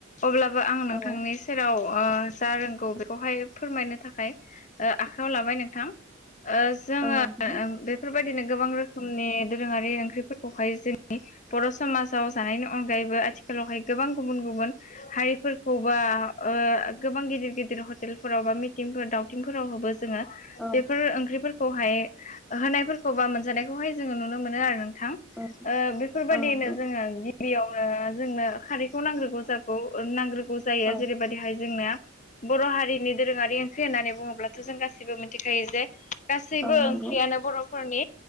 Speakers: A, on the left; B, in the centre.
A: अब्लाबो आं नोंथांनि
B: औ
A: सेराव ओ जा रोंगौ बेखौहाय फोरमायनो थाखाय आखाइ आव लाबाय नोंथां। ओ <unintelligible>
B: औ नोंथां।
A: बेफोरबायदिनो गोबां रोखोमनि दोरोङारि ओंख्रिफोरखौहाय जोंनि बर' समाजाव जानायनि अनगायैबो आथिखालावहाय गोबां गुबुन गुबुन हारिफोरखौ बा ओ गोबां गिदिर गिदिर हटेलफोराव बा मिटिंफोर दाव थिंफोरावबो जोङो
B: औ
A: बेफोर ओंख्रिफोरखौहाय होनायफोरखौ बा मोनजानायखौहाय जोङो नुनो मोनो आरो नोंथां।
B: औ
A: ओ बेफोरबायदियैनो
B: औ नंगौ
A: जोङो गिबियावनो जोंनो खारैखौ नांग्रोगौ जागौ नांग्रोगौ जायो
B: औ
A: जेरैबायदिहाय जोंना बर' हारिनि दोरोङारि ओंख्रि होननानै बुङोब्लाथ' जों गासैबो मिथिखायो जे गासैबो
B: औ नंगौ
A: ओंख्रियानो बर'फोरनि